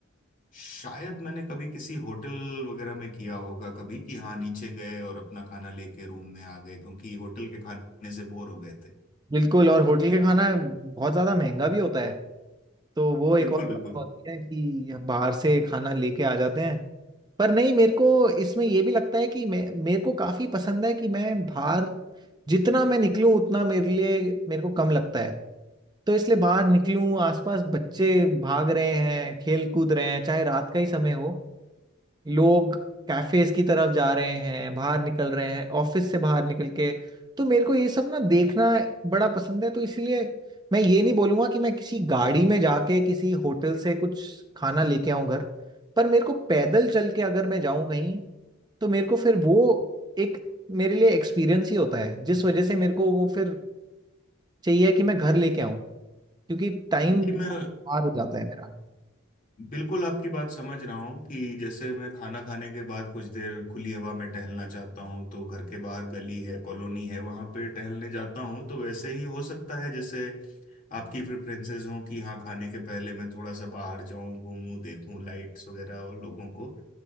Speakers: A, on the left; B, on the right.
A: शायद मैंने कभी किसी होटल वगैरह में किया होगा कभी कि हाँ नीचे गए और अपना खाना लेके रूम में आ गए क्योंकि होटल के खाने से बोर हो गए थे
B: बिल्कुल और होटल का खाना बहुत ज्यादा महंगा भी होता है तो वो एक
A: बिल्कुल
B: और
A: बिल्कुल
B: बात होती है कि बाहर से खाना लेके आ जाते हैं पर नहीं मेरे को इसमें ये भी लगता है कि मैं मेरे को काफी पसंद है कि मैं बाहर जितना मैं निकलूं उतना मेरे लिए मेरे को कम लगता है तो इसलिए बाहर निकलूं आसपास बच्चे भाग रहे हैं खेल कूद रहे हैं चाहे रात का ही समय हो लोग कैफेज की तरफ जा रहे हैं बाहर निकल रहे हैं ऑफिस से बाहर निकल के तो मेरे को ये सब ना देखना बड़ा पसंद है तो इसलिए मैं ये नहीं बोलूंगा कि मैं किसी गाड़ी में जाके किसी होटल से कुछ खाना लेके आऊं घर पर मेरे को पैदल चल के अगर मैं जाऊं कहीं तो मेरे को फिर वो एक मेरे लिए एक्सपीरियंस ही होता है जिस वजह से मेरे को वो फिर चाहिए कि मैं घर लेके आऊं क्योंकि टाइम
A: जी मैं
B: पार हो जाता है मेरा
A: बिल्कुल आपकी बात समझ रहा हूँ कि जैसे मैं खाना खाने के बाद कुछ देर खुली हवा में टहलना चाहता हूँ तो घर के बाहर गली है कॉलोनी है वहाँ पे टहलने जाता हूँ तो वैसे ही हो सकता है जैसे आपकी प्रेफरेंसेस हों कि हाँ खाने के पहले मैं थोड़ा सा बाहर जाऊँ घूमूं देखूं लाइट्स वगैरह और लोगों को